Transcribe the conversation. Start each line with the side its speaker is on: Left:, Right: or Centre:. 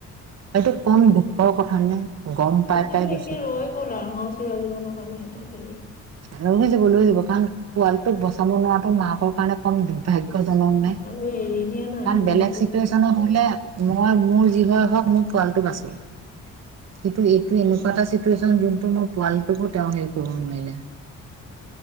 Right: এইটো কম দুখৰ কথা নে গম পাই
Left: এইটো
Right: পাই
Left: যে
Right: গৈছে
Left: একে ৰৈ গ'ল আৰু ন' চিৰ জীৱনৰ কাৰণে এইটো হেৰি?
Right: ৰৈ যাব লৈ যাব কাৰণ পোৱালিটোক বচাব নোৱাৰাটো মাকৰ কাৰণে কম দুৰ্ভাগ্যজনক
Left: ইচ
Right: নে?
Left: আৰু এৰি দিয়া নাই
Right: কাৰণ
Left: ন
Right: বেলেগ
Left: বিপদত
Right: চিটুৱেচনত
Left: পৰি
Right: হ'লে মই মোৰ যি হয় হওঁক, মোৰ পোৱালিটো বাচক। কিন্তু এইটো এনেকুৱা এটা চিটুৱেচন, যোনটো মোৰ পোৱালিটোকো তেওঁ হেৰি কৰিব নোৱাৰিলে।